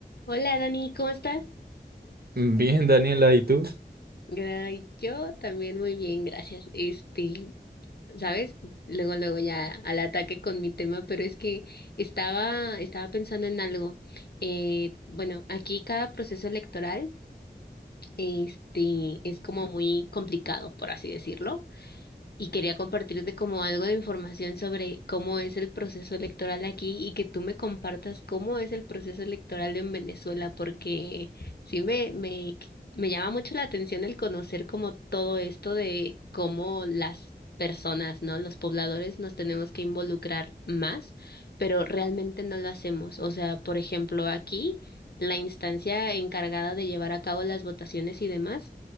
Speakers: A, on the left; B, on the right.
A: Hola Dani, ¿cómo estás?
B: Bien, Daniela, ¿y tú?
A: Gra- yo también muy bien, gracias. Este, ¿sabes? Luego, luego ya al ataque con mi tema, pero es que estaba, estaba pensando en algo. Eh, bueno, aquí cada proceso electoral, este, es como muy complicado, por así decirlo. y quería compartirte como algo de información sobre cómo es el proceso electoral aquí y que tú me compartas cómo es el proceso electoral en Venezuela, porque sí me, me, me llama mucho la atención el conocer como todo esto de cómo las personas, ¿no? Los pobladores nos tenemos que involucrar más, pero realmente no lo hacemos. O sea, por ejemplo, aquí la instancia encargada de llevar a cabo las votaciones y demás